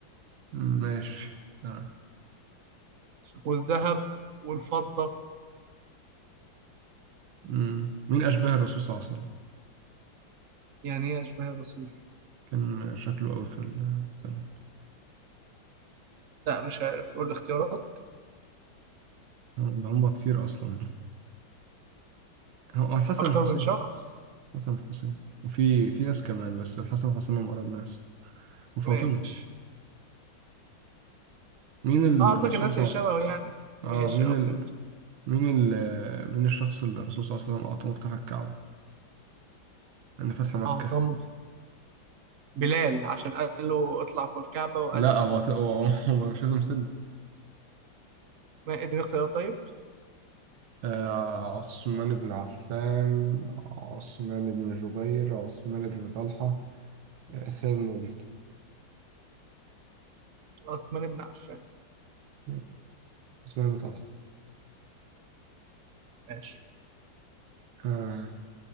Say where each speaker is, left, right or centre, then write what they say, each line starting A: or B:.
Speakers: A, on the right (about 80°); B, on the right (about 55°).
A: مم، ماشي تمام
B: والذهب والفضة
A: مم. مين أشباه الرسول صلى الله عليه وسلم
B: يعني إيه أشباه الرسول
A: كان شكله قوي في الزمن
B: لا مش عارف قول الاختيارات
A: هم هم كتير أصلا هو الحسن
B: أكتر
A: والحسين
B: من شخص
A: الحسن والحسين وفي في ناس كمان بس الحسن والحسين هم أقرب ناس وفاطمة
B: ماشي
A: مين الرسول
B: اه قصدك الناس
A: صلى
B: اللي شبهه
A: الله عليه وسلم
B: يعني ماشي
A: اه مين
B: اه
A: ال...
B: فهمت
A: مين ال... مين الشخص اللي الرسول صلى الله عليه وسلم أعطاه مفتاح الكعبة أن فتح مكة
B: اه طب بلال عشان قال له اطلع فوق الكعبة وأذن
A: لا هو هو هو <laughs> هو مش لازم سلم
B: ما اديني اختيارات طيب
A: آه، عثمان بن عفان عثمان بن جبير عثمان بن طلحة آه، خالد بن وليد
B: عثمان بن عفان
A: مم. عثمان بن طلحة
B: ماشي
A: آه